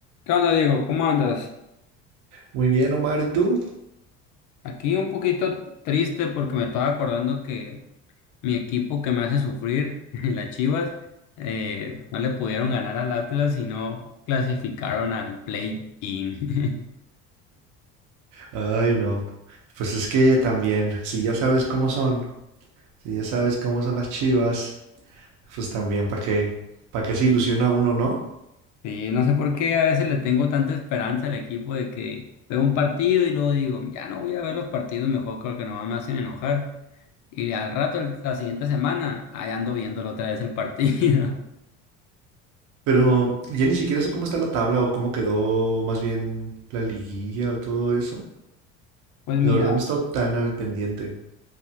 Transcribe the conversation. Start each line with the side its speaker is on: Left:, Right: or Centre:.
Left: ¿Qué onda, Diego? ¿Cómo andas?
Right: Muy bien, Omar, ¿y tú?
Left: Aquí un poquito triste porque me estaba acordando que mi equipo que me hace sufrir, <laughs> en las Chivas, eh, no le pudieron ganar al Atlas y no clasificaron al play-in. <laughs>
Right: Ay, no. Pues es que también, si ya sabes cómo son, si ya sabes cómo son las chivas, pues también, ¿para qué? ¿Para qué se ilusiona uno, no?
Left: Sí, no sé por qué a veces le tengo tanta esperanza al equipo de que veo un partido y luego digo, ya no voy a ver los partidos, mejor creo que nomás me hacen enojar. Y al rato, el- la siguiente semana, ahí ando viéndolo otra vez el partido.
Right: Pero ya ni siquiera sé cómo está la tabla o cómo quedó más bien la liguilla o todo eso.
Left: <laughs> Pues mira.
Right: La verdad no he estado tan al pendiente.